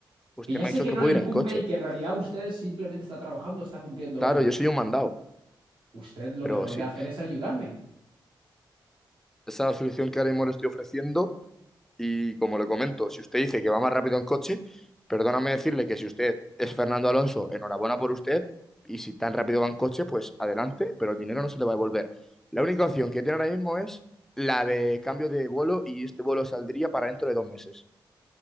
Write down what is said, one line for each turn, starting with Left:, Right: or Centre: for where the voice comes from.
Centre: usted
Right: Que ya
Centre: me
Right: sé
Centre: ha dicho
Right: que
Centre: que
Right: no
Centre: puedo
Right: le incumbe
Centre: ir en coche.
Right: y que en realidad usted simplemente está trabajando, está cumpliendo
Centre: Claro,
Right: órdenes.
Centre: yo soy un mandado,
Right: Usted lo
Centre: pero
Right: que podría
Centre: sí,
Right: hacer es ayudarme.
Centre: esa es la solución que ahora mismo le estoy ofreciendo Y como le comento, si usted dice que va más rápido en coche, perdóname decirle que si usted es Fernando Alonso, enhorabuena por usted. Y si tan rápido va en coche, pues adelante, pero el dinero no se le va a devolver. La única opción que tiene ahora mismo es la de cambio de vuelo y este vuelo saldría para dentro de dos meses.